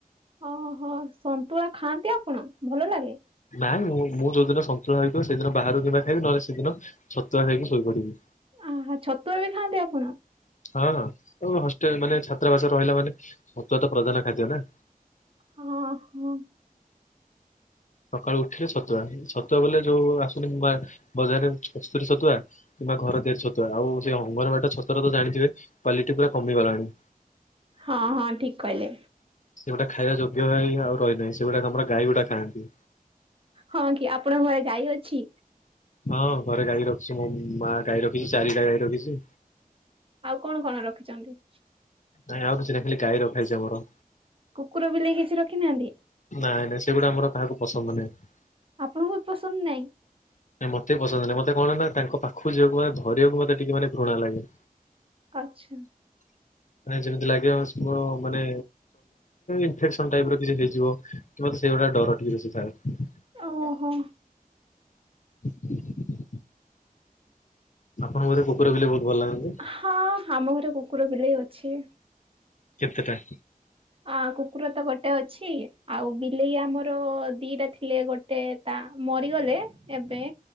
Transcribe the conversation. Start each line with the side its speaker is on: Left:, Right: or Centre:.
Right: ଓହୋ ସନ୍ତୁଳା ଖାଆନ୍ତି ଆପଣ ଭଲଲାଗେ।
Left: ନାଇଁ ମୁଁ ମୁଁ ଯୋଉଦିନ ସନ୍ତୁଳା ହେଇଥିବ ସେଦିନ ବାହାରୁ କିମ୍ବା ଖାଇବି ନହଲେ ସେଦିନ ଛତୁଆ ଖାଇକି ଶୋଇପଡିବି।
Right: ଆହା ଛତୁଆ ବି ଖାଆନ୍ତି ଆପ
Left: ହଁହଁ ହଷ୍ଟେଲ ମାନେ ଛାତ୍ରାବାସରେ ରହିଲାମାନେ ଛତୁଆ ତ ପ୍ରଧାନଖାଦ୍ୟ ନା।
Right: ହଁ ହଁ।
Left: ସକାଳୁ ଉଠିଲେ ସତୁଆ ଛତୁଆ ବୋଲେ ଯୋଉ ଆସୁନି ମା ବଜାରରେ କସ୍ତୁରୀଛତୁଆ କିମ୍ବା ଘରତିଆରିଛତୁଆ ଆଉ ସେ ଅଙ୍ଗନବାଡିର ଛତୁଆ ତ ଜାଣିଥିବେ। କ୍ୱାଲିଟି ପୁରା କମିଗଲାଣି।
Right: ହଁ ହଁ ଠିକ କହିଲେ
Left: ସେଗୁଡା ଖାଇବାଯୋଗ୍ୟ ହେଇଆଉ ରହିନି ସେଗୁଡା ଆମର ଗାଈଗୁଡା ଖାଆନ୍ତି।
Right: ହଁ କି ଆପଣଙ୍କ ଘରେ ଗାଈ ଅଛି।
Left: ହଁ ଘରେ ଗାଈ ରଖିଛି ମୋ ମାଁ ଗାଈ ରଖିଛି ଚାରିଟା ଗାଈ ରଖିଛି।
Right: ଆଉ କଣ, କଣ ରଖିଛନ୍ତି।
Left: ନାଇଁ ଆଉ କିଛି ନା ଖଲି ଗାଈ ରଖାଯଇଛି ଆମର
Right: କୁକୁର ବିଲେଇ କିଛି ରଖିନାହାନ୍ତି?
Left: ନାଇଁ ନାଇଁ ସେଗୁଡା ଆମର କାହାକୁ ପସନ୍ଦ ନାହିଁ।
Right: ଆପଣ ବହୁତ ପସନ୍ଦ ନାହିଁ
Left: ନା ମତେ ପସନ୍ଦ ନାହିଁ ମତେ କଣ ନା ତାଙ୍କ ପାଖକୁ ଯିବାକୁ ମାନ ଧରିବାକୁ ମତେ ଟିକେ ମାନେ ଘୃଣା ଲାଗେ
Right: ଆଛା।
Left: <unintelligible> ମାନେ ଯେମିତି ଲାଗିବ, ଚମ, ମାନେ ଇଫେକସନ ଟାଇପ ର କିଛି ହେଇଯିବ। ମତେ ସେଇଗୁଡା ଡର ଟିକେ ବେଶୀ ଥାଏ।
Right: ଓହୋ।
Left: <unintelligible> ଆପଣଙ୍କୁ ବୋଧେ କୁକୁର ବିଲେଇ ବହୁତ ଭଲ ଲାଗନ୍ତି?
Right: ହଁ, ଆମ ଘରେ କୁକୁର ବିଲେଇ ଅଛି।
Left: କେତେଟା?
Right: ଅଁ, କୁକୁର ତ ଗୋଟେ ଅଛି, ଆଉ ବିଲେଇ ଆମର ଦିଟା ଥିଲେ, ଗୋଟେ ତା ମରିଗଲେ ଏବେ,